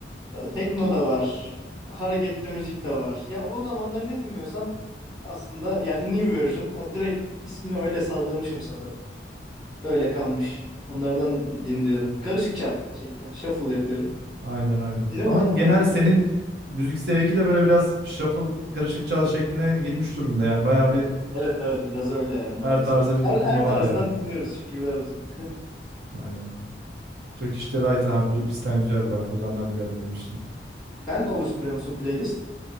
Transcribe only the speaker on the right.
Aynen aynen.
Ama
genel
senin
müzik zevki de böyle biraz shuffle karışık çal şekline girmiş durumda. Yani bayağı bir
her tarza bir
dokunma
var yani.
Aynen. Turkish Delight. Aha bu listen güzeldi bak. Buradan ben de bir ara dinlemiştim.